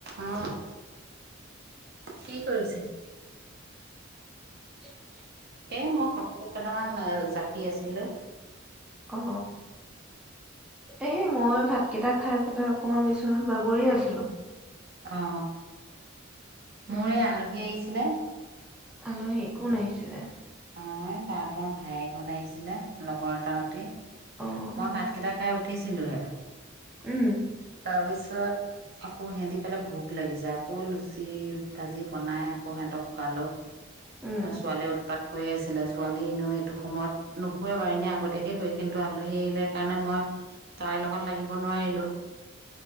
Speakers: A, on the right (about 50°); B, in the centre.
A: অ কি কৰিছে
B: <inaudible>
A: এ মই কাপোৰ দুটামান জাপি আছিলো
B: অ', এই মই ভাতকেইটা খাই পেলাই অকমান বিচনাত বাগৰি আছিলো।
A: অ
B: উম,
A: মোৰ এই আলহী আহিছিলে
B: আলহী কোন আহিছিলে?
A: অ', তাহঁতৰ ভায়েকহঁত আহিছিলে লগৰ তাহঁতি।
B: অ', অ',
A: মই ভাত কেইটা খাই উঠ উঠিছিলো হে
B: উম
A: তাৰপিছত আকৌ সিহতি কলে ভোক লাগিছে আকৌ লুচি ভাজি বনাই আকৌ সিহঁতক খোৱালো ত
B: উম,
A: ছোৱালী ত কয়ে আছিলে ছোৱালীলৈ এইটো সময়ত নুশুৱে বাৰু এনে আগতে সেয়ে হয় কিন্তু আলহী কাৰণে মই তাইৰ লগত লাগিব নোৱাৰিলো